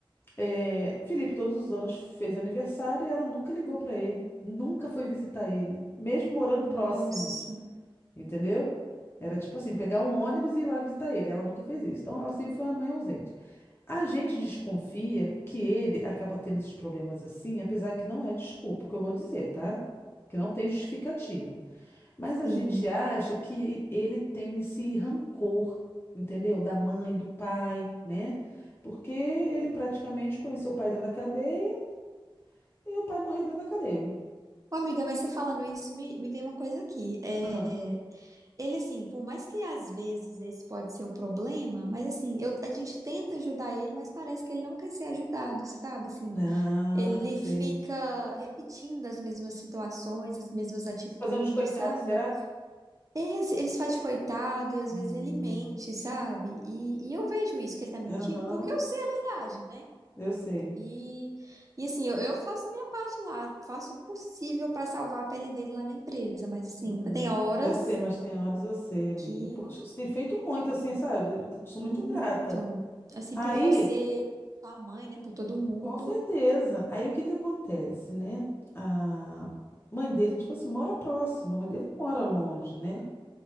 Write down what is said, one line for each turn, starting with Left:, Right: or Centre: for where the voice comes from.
Left: é, Felipe todos os anos fez aniversário e ela nunca ligou para ele, nunca foi visitar ele, mesmo morando
Right: Nossa,
Left: próximo, entendeu? Era tipo assim, pegar um ônibus e ir lá visitar ele. Ela nunca fez isso. Então ela sempre foi uma mãe ausente. A gente desconfia que ele acaba tendo esses problemas assim, apesar que não é desculpa, o que eu vou dizer, tá? Que não tem justificativa. Mas a
Right: sim.
Left: gente acha que ele tem esse rancor, entendeu? Da mãe, do pai, né? Porque ele praticamente conheceu o pai dentro da cadeia e o pai morreu dentro da cadeia.
Right: Ô, amiga, mas você falando isso, me, me vem uma coisa aqui. É,
Left: Ah,
Right: ele, assim, por mais que às vezes esse pode ser o problema, mas assim, eu, a gente tenta ajudar ele, mas parece que ele não quer ser ajudado, sabe? Assim,
Left: Ah,
Right: ele
Left: sei.
Right: fica repetindo as mesmas situações, as mesmas
Left: Hum,
Right: atitudes,
Left: Se fazendo de coitado,
Right: sabe?
Left: será?
Right: É, às- eles fazem de coitado e às
Left: Hum,
Right: vezes ele mente, sabe? E, e eu vejo isso, que ele tá mentindo,
Left: Aham,
Right: porque eu sei a verdade, né?
Left: eu sei.
Right: E, e assim, eu, eu faço minha parte lá, faço o possível pra salvar a pele dele lá na empresa, mas assim,
Left: Hum,
Right: tem horas
Left: Eu sei, mas tem horas eu sei, amiga.
Right: que
Left: Poxa, você tem feito muito assim, sabe? Eu Sou
Right: muito,
Left: muito grata.
Right: assim,
Left: Aí,
Right: por você, sua mãe, né, por todo mundo,
Left: com certeza. Aí o que que acontece, né? A mãe dele, tipo assim, mora próxima. A mãe dele não mora longe, né?